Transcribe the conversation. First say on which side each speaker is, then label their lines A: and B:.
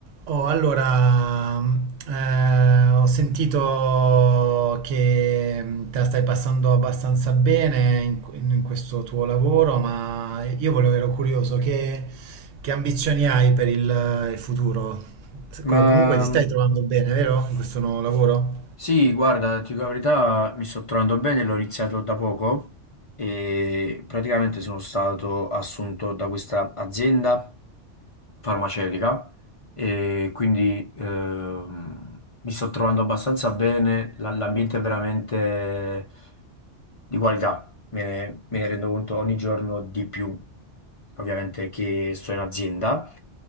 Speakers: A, on the right; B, on the left.
A: Oh, allora, mm, eh, ho sentito che mm, te la stai passando abbastanza bene in, in questo tuo lavoro, ma io volevo, ero curioso, che, che ambizioni hai per il, il futuro? Se-
B: Ma
A: co- Comunque ti stai
B: mh,
A: trovando bene, vero? In questo nuovo lavoro?
B: sì, guarda, ti dico la verità, mi sto trovando bene, l'ho iniziato da poco e praticamente sono stato assunto da questa azienda farmaceutica e quindi ehm, mi sto trovando abbastanza bene, la- l'ambiente è veramente di qualità, me ne, me ne rendo conto ogni giorno di più, ovviamente che sto in azienda,